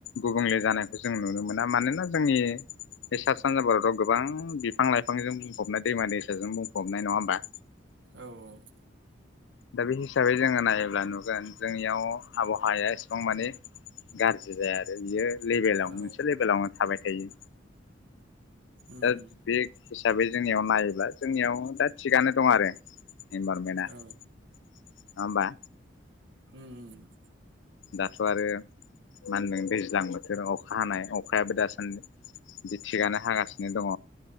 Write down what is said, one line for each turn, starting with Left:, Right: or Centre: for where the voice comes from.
Left: गुबुंले जानायखौ जों नुनो मोना मानोना जोंनि बे सा सानजा भारताव गोबां बिफां लाइफांजों बुंफबनाय दैमा दैसाजों बुंफबनाय नङा होमबा?
Right: औ औ।
Left: दा बे हिसाबै जोङो नायोब्ला नुगोन जोंनियाव आबहावाया एसेबां मानि गाज्रि जाया आरो बियो लेभेलाव
Right: औ
Left: मोनसे लेभेलावनो थाबाय थायो।
Right: उम
Left: दा
Right: उम
Left: बे हिसाबै जोंनियाव नायोब्ला जोंनियाव दा थिगानो दं आरो। इनभारमेन्टा नङा
Right: औ
Left: होमबा।
Right: ओम ओम।
Left: दाथ' आरो मा होनदों दैज्लां बोथोर अखा हानाय अखायाबो दासान्दि बि थिगानो हागासिनो दङ।